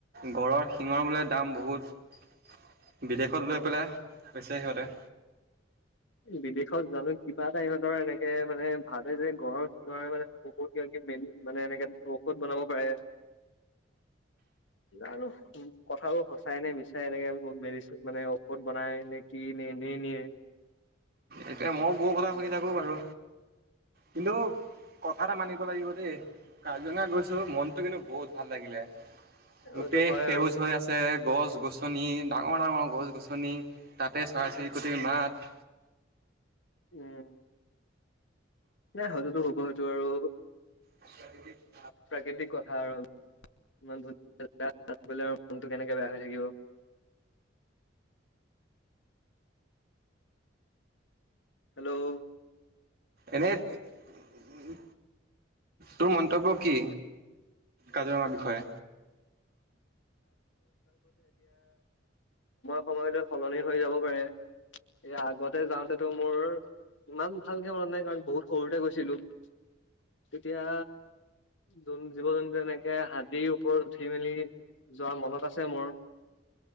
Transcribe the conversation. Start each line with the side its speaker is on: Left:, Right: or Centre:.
Right: গঁডৰ শিঙৰ বোলে দাম বহুত বিদেশত
Left: ঘৰৰ
Right: লৈ পেলাই দেই হয় দে
Left: বিদেশত জানো কিবা এটা ইিহঁতৰ এনেকে মানে ভাল যে গ ঘৰ শিঙৰা ম পুকুত মেলি মানে এনেকে ঔষধ বনাব পাৰে আৰু কথাবোৰ সচাই নে বিচাৰে এনেকে মেলিছ মানে ঔষধ বনাই নে কি নে এনেই নিয়ে।
Right: একে মও গও কথা শুনি থাকো বাৰু। কিন্তু কথা এটা মানিব লাগিব দেই কাজিৰঙা গৈছো মনতটো কিন্তু বহুত ভাল লাগিলে। গোটেই
Left: এইটো হয়
Right: সেউজ
Left: আৰু
Right: হৈ আছে গছ গছ গছনি ডাঙৰ ডাঙৰ গছ গছনি তাতে চৰা চিৰিকটিৰ মাত <inaudible>
Left: উম', নাই সেইতোতো হ'বই সেইটো আৰু,
Right: আচ্ছা দদি <unintelligible>
Left: প্ৰাকৃতিক কথা আৰু ইমান ধুনীয়া জগা মনটো কেনেকে বেয়া হৈ থাকিব। <inaudible> হেল্ল'
Right: এনেই, উম', তোৰ মন্তব্য কি কাজিৰঙাৰ বিষয়ে?
Left: সময়টো সলনি হৈ যাব পাৰে। এ আ', তাতে যাওঁতেতো মোৰ ইমান ভালকে মন নাই, কাৰণ বহুত সৰুতে গৈছিলো। কি? এতিয়া জীৱ-জন্তু এনেকে হাতীৰ ওপৰত উঠি মেলি, যোৱা মনত আছে মোৰ।